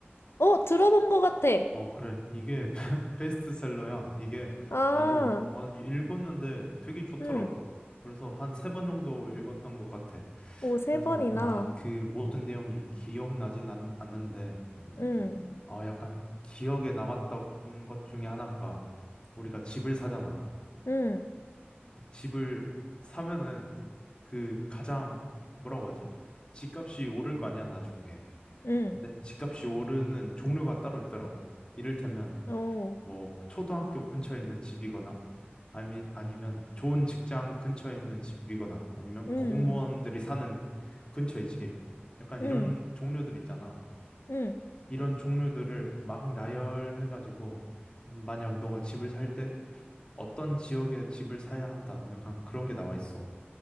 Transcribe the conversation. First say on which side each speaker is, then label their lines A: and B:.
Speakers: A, on the left (about 85°); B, on the left (about 25°).
A: 어, 들어본 것 같아.
B: 어, 그래. 이게 <laughs> 베스트셀러야. 이게
A: 아,
B: 나도 아니, 읽었는데 되게 좋더라고.
A: 응.
B: 그래서 한 세 번 정도 읽었던 것 같아.
A: 오, 세
B: 그래서
A: 번이나.
B: 아, 그 모든 내용이 기억나진 않, 않는데,
A: 응,
B: 아, 약간 기억에 남았던 것 중에 하나가 우리가 집을 사잖아.
A: 응,
B: 집을 사면은 그 가장 뭐라고 하지? 집값이 오를 거 아니야, 나중에.
A: 응.
B: 근데 집값이 오르는 종류가 따로 있더라고. 이를테면
A: 오,
B: 뭐 초등학교 근처에 있는 집이거나 아니, 아니면 좋은 직장 근처에 있는 집이거나 아니면
A: 응,
B: 공무원들이 사는 근처의 집. 약간 이런
A: 응, 응,
B: 종류들 있잖아.
A: 응.
B: 이런 종류들을 막 나열해가지고 음, 만약 너가 집을 살 때 어떤 지역에 집을 사야 한다. 약간 그런 게 나와 있어.